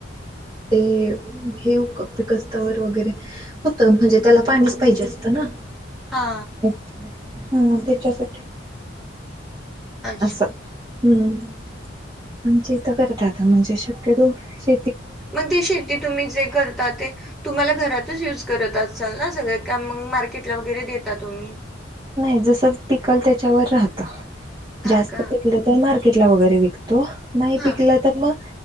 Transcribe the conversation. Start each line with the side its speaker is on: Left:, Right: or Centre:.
Right: ते हे पिकस्तवर वगैरे होत. म्हणजे त्याला पाणीच पाहिजे असतं ना.
Centre: हा.
Right: <unintelligible> हा त्याच्यासाठी.
Centre: अच्छा.
Right: असं हम्म. आमच्या इथ करत्यात म्हणजे शक्यतो श
Centre: मग ते शेती तुम्ही जे करता ते तुम्हाला घरातच युज करत असाल ना सगळं का मग मार्केटला वगैरे देता तुम्ही?
Right: नाही. जस पिकल त्याच्यावर राहत.
Centre: हां
Right: जास्त
Centre: का?
Right: पिकल तर मार्केटला वगैरे विकतो. नाही
Centre: हां.
Right: पिकलं तर मग